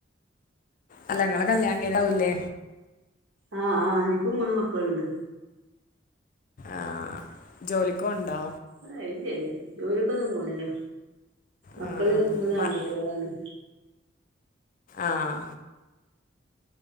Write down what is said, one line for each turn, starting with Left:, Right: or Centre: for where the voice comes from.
Left: അല്ല ഇങ്ങളെ കല്യാണം കഴിഞ്ഞ താവൂല്ലേ.
Right: ആഹ്. ആ. എനിക്കും മൂന്ന് മക്കളുണ്ട്.
Left: ആഹ്. ജോലിക്കോവുണ്ടാ
Right: ആഹ ഇല്ലല്ലേ. ജോലിയക്കൊ ഒന്നും പോണില്ല. മക്കള്
Left: ആ
Right: മൂന്ന
Left: മ-
Right: ആൺകുട്ടികളാണ്.
Left: ആഹ